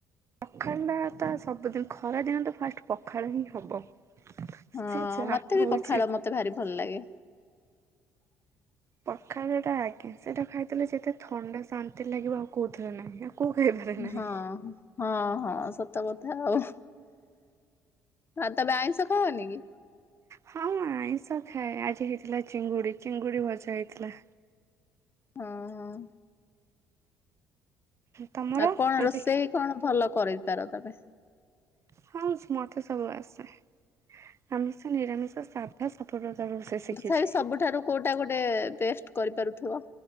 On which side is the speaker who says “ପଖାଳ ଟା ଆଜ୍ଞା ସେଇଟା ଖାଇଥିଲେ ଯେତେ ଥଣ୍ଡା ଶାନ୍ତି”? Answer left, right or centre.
Right